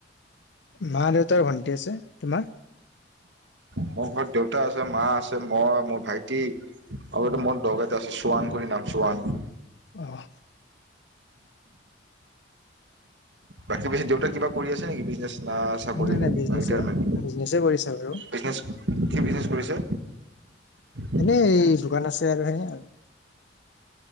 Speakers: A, on the left; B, on the right.
A: মা দেউতাৰ ভণ্টি আছে তোমাৰ
B: মোৰ ঘৰত দেউতা আছে মা আছে মই মোৰ ভাইটি আৰু
A: অ
B: এ মোৰ দগ এটা আছে চোৱান কৰি নাম চোৱান
A: ৱাহ
B: বাকী পিছে দেউতাই কিবা কৰি আছে নেকি বিজনেছ না চাকৰি
A: নাই নাই বিজনেছে
B: ন ৰিটায়াৰমেণ্ট
A: বিজনেছে কৰিছা বাৰু
B: বিজনেছ কি বিজনেছ কৰিছে <unintelligible>
A: <unintelligible>